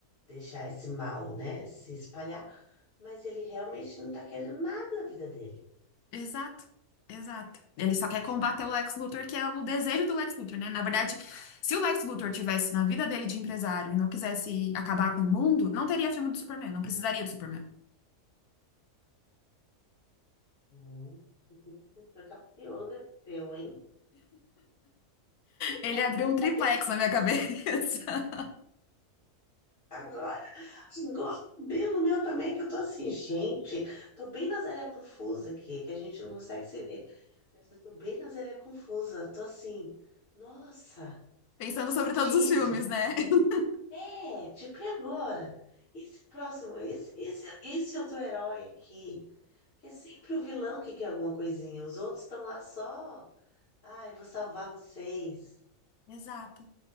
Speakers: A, on the left (about 40°); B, on the left (about 75°).
A: deixar esse mal, né, se espalhar, mas ele realmente não tá querendo nada da vida dele.
B: Exato, exato. Ele só quer combater o Lex Luthor, que é o desejo do Lex Luthor, né? Na verdade, se o Lex Luthor tivesse na vida dele de empresário e não quisesse acabar com o mundo, não teria filme do Superman, não precisaria do Superman.
A: Hum, que tipo de pessoa capciosa que seu, hein?
B: Ele
A: Fazer
B: abriu
A: isso
B: um triplex
A: pra pessoa
B: na minha cabeça, <laughs>
A: agora, agora, bem no meu também, que eu tô assim, gente, tô bem na zéia confusa aqui, que a gente não consegue se ver. Mas eu tô bem na Zélia Confusa. Tô assim, nossa,
B: pensando
A: faz
B: sobre
A: sentido.
B: todos os filmes, né? <laughs>
A: É, tipo, e agora? Esse próximo, esse, esse, esse outro herói aqui, que é sempre o vilão que quer alguma coisinha. Os outros estão lá só, ai, vou salvar vocês.
B: Exato.